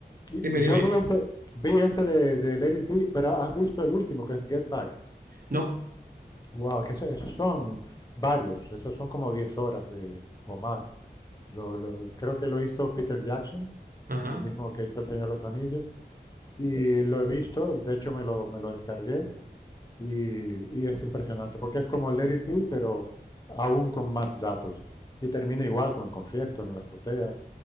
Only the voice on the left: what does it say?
y
yo vi ese, vi ese de, de Let It Be, pero has visto el último que es Get Back.
Wow, que eso, esos son varios, esos son como 10 horas de, o más. Lo- lo- creo que lo hizo Peter Jackson,
el mismo que hizo El Señor de los Anillos, y lo he visto, de hecho me lo, me lo descargué, y, y es impresionante, porque es como Let It Be, pero aún con más datos. Y termina igual con el concierto en la azotea.